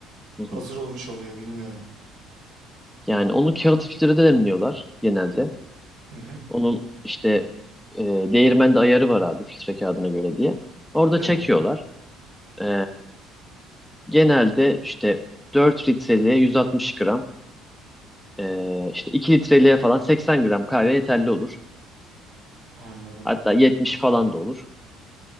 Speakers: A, in the centre; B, on the right (about 80°).
A: hı
B: Hazır
A: hı.
B: olmuş oluyor bilmiyorum.
A: Yani onu kağıt filtrede demliyorlar genelde.
B: Hı hı.
A: Onun işte e, değirmende ayarı var abi filtre kağıdına göre diye. Orada
B: Evet,
A: çekiyorlar. E, genelde işte 4 litreliğe 160 gram e, işte 2 litreliğe falan 80 gram kahve yeterli olur.
B: anladım.
A: Hatta 70 falan da olur.